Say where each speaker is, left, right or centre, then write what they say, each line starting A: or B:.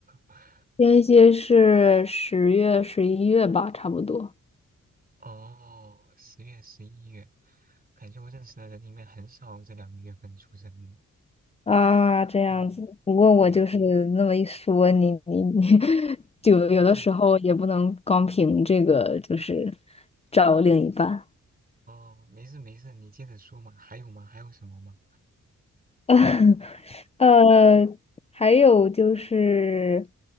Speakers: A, on the right; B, on the left.
A: <laughs>
B: 天蝎是十月、十一月吧，差不多。
A: 哦，十月、十一月，感觉我认识的人里面很少这两个月份出生的。
B: 啊，这样子。
A: 哦，
B: 不过我就是那么一说，
A: 对呀、对呀、
B: 你你你，
A: 哦，
B: <laughs> 就有的时候也不能光凭这个，
A: 没事，
B: 就是找另一半。
A: 哦，没事没事，你接着说嘛。还有吗？还有什么吗？
B: <laughs> 呃，还有就是，